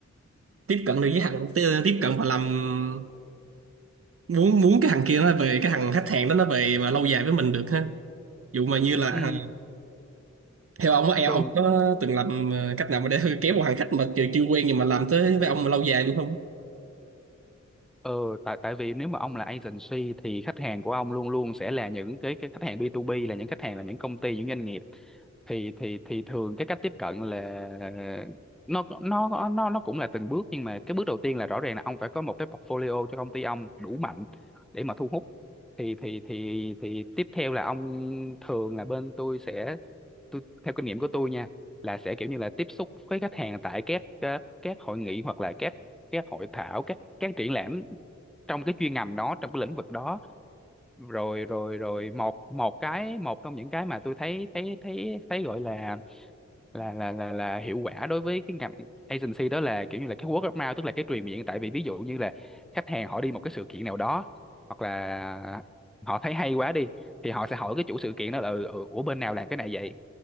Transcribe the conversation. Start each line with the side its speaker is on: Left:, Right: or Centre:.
Right: tiếp cận được với hàng tiếp tiếp cận và làm muốn muốn cái hàng kia nó về cái hàng khách hàng đó nó về mà lâu dài với mình được ha dụ mà như là à,
Centre: ừ,
Right: theo ông á, em
Centre: thường
Right: ông có từng làm ờ, cách nào mà để kéo một hàng khách mà chưa chưa quen nhưng mà làm tới với ông mà lâu dài luôn không
Centre: Ờ, tại tại vì nếu mà ông là agency thì khách hàng của ông luôn luôn sẽ là những cái cái khách hàng B2B là những khách hàng là những công ty những doanh nghiệp thì thì thì thường cái cách tiếp cận là nó nó nó nó cũng là từng bước nhưng mà cái bước đầu tiên là rõ ràng là ông phải có một cái portfolio cho công ty ông đủ mạnh để mà thu hút thì thì thì thì tiếp theo là ông thường là bên tôi sẽ tôi theo kinh nghiệm của tôi nha là sẽ kiểu như là tiếp xúc với khách hàng tại các các, các hội nghị hoặc là các các hội thảo các các triển lãm trong cái chuyên ngành đó trong cái lĩnh vực đó rồi rồi rồi một một cái một trong những cái mà tôi thấy thấy thấy thấy gọi là là là là, là hiệu quả đối với cái ngành agency đó là kiểu như là cái word of mouth tức là cái truyền miệng tại vì ví dụ như là khách hàng họ đi một cái sự kiện nào đó hoặc là họ thấy hay quá đi thì họ sẽ hỏi cái chủ sự kiện đó là ừ, ừ, ủa bên nào làm cái này vậy